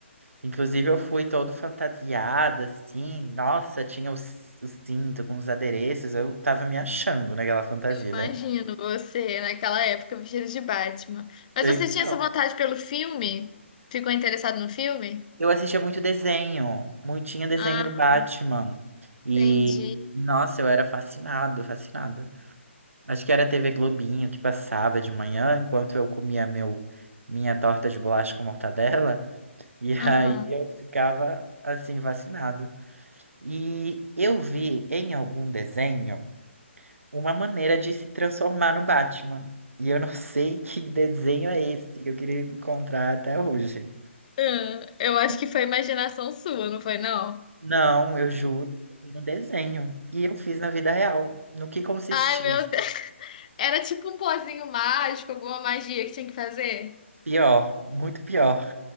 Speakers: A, on the right (about 90°); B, on the left (about 35°).
A: Inclusive, eu fui todo fantasiada, assim. Nossa, tinha o, c- o cinto com os adereços. Eu tava me achando naquela fantasia,
B: Imagino
A: né?
B: você naquela época vestido de Batman. Mas
A: Então,
B: você tinha essa vontade pelo filme? Ficou interessado no filme?
A: eu assistia muito desenho. Muito, tinha desenho
B: Ah,
A: do Batman. E,
B: entendi.
A: nossa, eu era fascinado, fascinado. Acho que era TV Globinho que passava de manhã, enquanto eu comia meu, minha torta de bolacha com mortadela, e <laughs> aí
B: Aham.
A: eu ficava assim vacinado. E eu vi em algum desenho uma maneira de se transformar no Batman. E eu não sei <laughs> que desenho é esse que eu queria encontrar até hoje.
B: Ah, Eu acho
A: E
B: que foi imaginação sua, não foi, não?
A: Não, eu juro, eu vi no desenho. E eu fiz na vida real. No que consistia?
B: Ai, meu Deus. Era tipo um pozinho mágico, alguma magia que tinha que fazer?
A: Pior, muito pior.